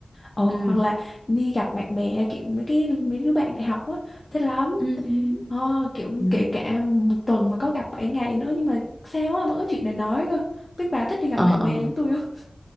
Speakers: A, on the left; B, on the right.
A: ồ
B: ừ
A: hoặc là đi gặp bạn bè kiểu mấy cái mấy đứa bạn đại học á thích lắm
B: ừ ừ
A: ờ, kiểu
B: ừ.
A: kể cả một tuần mà có gặp 7 ngày nữa nhưng mà sao á vẫn có chuyện để nói cơ biết bà thích đi gặp
B: ờ
A: bạn
B: ờ
A: bè giống tôi không